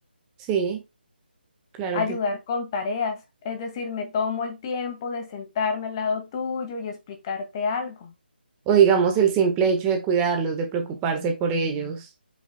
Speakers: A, on the right; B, on the left.
A: Sí, claro
B: Ayudar
A: que
B: con tareas. Es decir, me tomo el tiempo de sentarme al lado tuyo y explicarte algo.
A: O digamos el simple hecho de cuidarlos, de preocuparse por ellos.